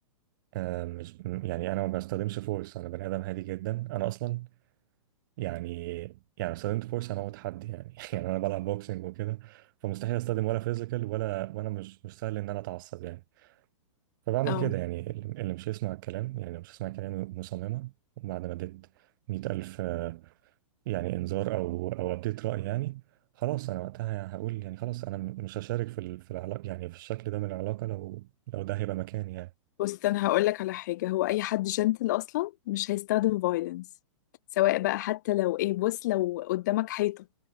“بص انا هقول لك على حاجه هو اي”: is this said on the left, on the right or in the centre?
Left